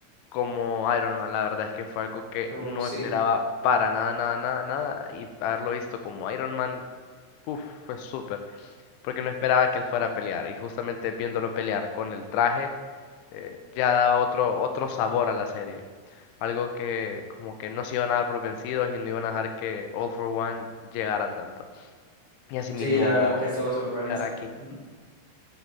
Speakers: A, on the left (about 85°); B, on the right (about 35°).
A: como Iron Man. La verdad es que fue algo que
B: Uh,
A: no
B: sí,
A: esperaba para nada, nada, nada, nada. Y haberlo visto como Iron Man, uf, fue súper. Porque no esperaba que él fuera a pelear. Y justamente viéndolo pelear con el traje eh, ya daba otro, otro sabor a la serie. Algo que como que no se iban a dar por vencidos y no iban a dejar que All for One llegara tanto. Y asimismo
B: sí, la verdad es que estuvo súper bueno
A: llegar
B: eso.
A: aquí.
B: Ujú.